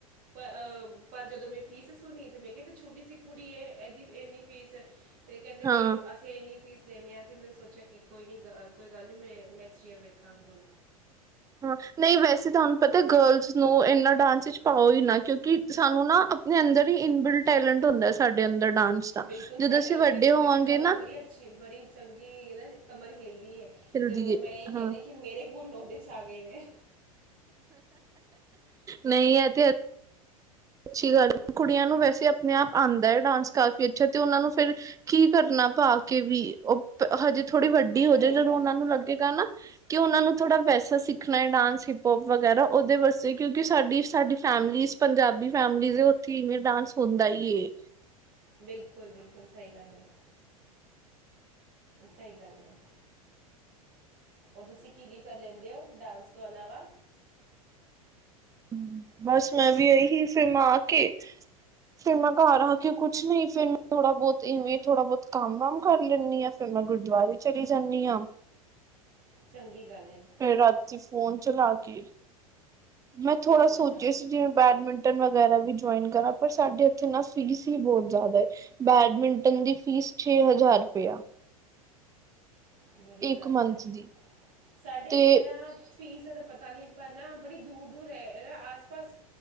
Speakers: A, on the right; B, on the right.
A: ਪ ਅ, ਪਰ ਜਦੋਂ ਮੈਂ ਫੀਸ ਸੁਣੀ ਤੇ, ਮੈਂ ਕਿਹਾ ਤੇ ਛੋਟੀ ਸੀ ਕੁੜੀ ਏ ਇਹਦੀ ਇੰਨੀ ਫੀਸ। ਅਤੇ ਕਹਿੰਦੇ ਨਹੀਂ,
B: ਹਾਂ
A: ਅਸੀਂ ਇਹੰਨੀ ਫੀਸ ਲੇਨੇ ਆਂ, ਫਿਰ ਮੈਂ ਸੋਚਿਆ ਕਿ ਕੋਈ ਨਹੀਂ, ਕੋਈ ਗੱਲ ਨਹੀਂ, ਮੈਂ ਨੈਕਸਟ ਈਅਰ ਵੇਖਾਂਗੀ ਹੁਣ।
B: ਹਾਂ, ਨਹੀਂ ਵੈਸੇ ਤਾ ਹੁਨ ਪਤਾ ਗਰਲਸ ਨੋਂ ਇਨਾ ਡਾਂਸ ਵਿੱਚ ਪਾਓ ਹੀ ਨਾ ਕਿਉਂਕਿ, ਸਾਨੂੰ ਨਾ ਆਪਣੇ ਅੰਦਰ ਹੀ ਇਨਬਿਲਡ ਟੈਲੈਂਟ ਹੁੰਦਾ ਸਾਡੇ ਅੰਦਰ ਡਾਂਸ ਦਾ।
A: ਬਿਲਕੁਲ ਸਹੀ
B: ਜਦੋਂ ਅਸੀਂ
A: ਗੱਲ
B: ਵੱਡੇ
A: ਹੈ ਮੇਰੀ ਕੁੜੀ
B: ਹੋਵਾਂਗੇ
A: ਦੀ ਕਮਰ
B: ਨਾ
A: ਬੜੀ ਬੜੀ ਚੰਗੀ ਨਾ ਕਮਰ ਹਿਲਦੀ ਏ,
B: ਹਿਲਦੀ
A: ਤੇ ਓਹ
B: ਏ
A: ਮੈਂ ਇਹੀ ਕਹਿਨੇ
B: ਹਾਂ
A: ਕੀ ਮੇਰੇ ਹੁਨ ਉਹਦੇ'ਚ ਆ ਗਏ ਨੇ।
B: ਨਹੀਂ ਐ, ਤੇ ਅੱਛੀ ਗੱਲ, ਕੁੜੀਆਂ ਨੂੰ ਵੈਸੇ ਅਪਣੇ-ਆਪ ਆਂਦਾ ਏ ਡਾਂਸ ਕਾਫ਼ੀ ਅੱਛਾ, ਤੇ ਉਹਨਾਂ ਨੂੰ ਫਿਰ ਕੀ ਕਰਨਾ ਪਾਕੇ ਵੀ, ਉਹ ਹਜੇ ਥੋੜ੍ਹੀ ਵੱਡੀ ਹੋਜੇ,
A: ਸਹੀ
B: ਜਦੋਂ
A: ਗੱਲ
B: ਉਹਨਾਂ
A: ਹੈ
B: ਨੂੰ ਲੱਗੇਗਾ ਨਾ ਕਿ ਉਹਨਾਂ ਨੂੰ ਥੋੜ੍ਹਾ ਵੈਸਾ ਸਿੱਖਣਾ ਹੈ ਡਾਂਸ ਹਿਪ-ਹੌਪ ਵਗੈਰਾ ਉਹਦੇ ਵਾਸਤੇ, ਕਿਉਂਕਿ ਸਾਡੀ, ਸਾਡੀ ਫੈਮਲੀਜ਼ ਪੰਜਾਬੀ ਫੈਮਲੀਜ ਉੱਥੇ ਈਂਵੇ ਡਾਂਸ ਹੁੰਦਾ ਹੀਏ
A: ਬਿਲਕੁਲ-ਬਿਲਕੁਲ ਸਹੀ ਗੱਲ ਐ। ਸਹੀ ਗੱਲ ਐ। ਔਰ ਤੁਸੀਂ ਕੀ-ਕੀ ਕਰ ਲੈਂਦੇ ਹੋ? ਡਾਂਸ ਤੋਂ ਇਲਾਵਾ
B: ਹ ਬਸ ਮੈਂ ਵੀ ਇਹੀ, ਫਿਰ ਮੈਂ ਆਕੇ ਫਿਰ ਮੈਂ ਘਰ ਆਕੇ ਕੁੱਛ ਨਹੀਂ, ਫਿਰ ਮੈਂ ਥੋੜਾ-ਬਹੁਤ ਇਵੇਂ ਥੋੜਾ-ਬਹੁਤ, ਕੰਮ-ਵਮ ਕਰ ਲੈਂਨੀ ਆਂ। ਫਿਰ, ਮੈਂ ਗੁਰਦੁਆਰੇ ਚਲੀ ਜਾਂਨੀ ਆ।
A: ਚੰਗੀ ਗੱਲ ਏ।
B: ਰਾਤੀ ਫੋਨ ਚਲਾਕੇ, ਮੈਂ ਥੋੜਾ
A: ਫਿਰ ਸੋਚਾ
B: ਸੋਚਿਆ ਸੀ ਜਿਵੇਂ ਬੈਡਮਿੰਟ ਗੈਰਾ ਵੀ ਜੁਆਇਨ ਕਰਾਂ, ਪਰ ਸਾਡੇ ਇਥੇ ਨਾ ਫੀਸ ਈ ਬਹੁਤ ਜ਼ਿਆਦਾ ਏ। ਬੈਡਮਿੰਟਨ ਦੀ ਫੀਸ ਛੇ ਹਜ਼ਾਰ ਰੁਪਇਆ।
A: ਬੜੀ ਜ਼ਿਆਦਾ
B: ਇੱਕ ਮੰਥ
A: ਐ,
B: ਦੀ
A: ਸਾਡੇ
B: ਤੇ
A: ਇੱਥੇ ਨਾ ਫੀਸ ਦਾ ਤਾਂ ਪਤਾ ਨਹੀਂ, ਪਰ ਨਾ ਬੜੀ ਦੂਰ-ਦੂਰ ਐ, ਆਸ ਪਸ